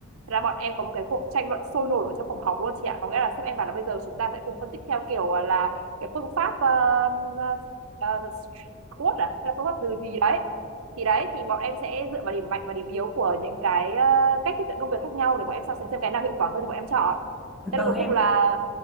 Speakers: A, on the right; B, in the centre.
A: thế là bọn em có một cái cuộc tranh luận sôi nổi ở trong phòng họp luôn chị ạ có nghĩa là sếp em bảo là bây giờ chúng ta sẽ cùng phân tích theo kiểu ờ, là cái phương pháp ờ, ờ, ờ, SWOT à hay là phương pháp gì gì đấy thì đấy thì bọn em sẽ dựa vào điểm mạnh và điểm yếu của những cái ờ, cách tiếp cận công việc khác nhau để bọn em so sánh xem cái nào hiệu quả hơn thì bọn em chọn
B: từ
A: Thế
B: từ
A: là cuối
B: em
A: cùng là